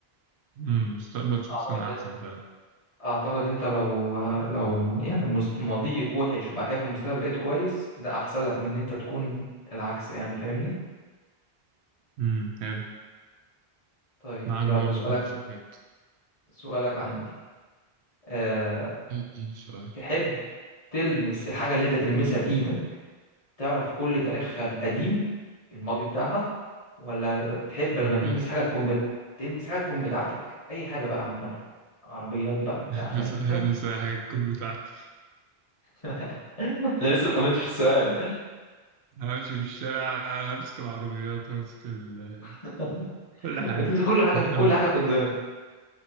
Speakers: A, on the right (about 85°); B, on the left (about 35°).
A: امم مستقبل شخصين
B: اعتقد
A: احسن فعلا
B: اعتقد انت لو لو يعني مس- ماضيك وحش وبعد كده في المستقبل بقيت كويس ده احسن لك من ان انت تكون العكس يعني فاهمني
A: امم حلو
B: طيب
A: معاك
B: يلا
A: برضو
B: سؤالك
A: في نفس الحتة
B: سؤالك عندي أه
A: اديني سؤال
B: تحب تلمس الحاجة اللي انت تلمسها بإيدك تعرف كل تاريخها القديم الماضي بتاعها ولا تحب لما
A: ماشي
B: تلمس حاجة تكون بت... تلمس حاجة تكون بتاعتك أي حاجة بقى عامة عربيات بقى
A: <laughs> هلبس
B: بتاع فاهم أنت
A: هلبس أي حاجة تكون بتاعتي
B: <laughs> أنا لسه ما كملتش السؤال
A: همشي في الشارع همسك العربيات همسك ال...
B: <laughs>
A: <laughs> كل حاجة
B: بتنزل كل حاجة
A: أنت
B: في
A: فاهم
B: كل حاجة
A: بقى
B: في الدنيا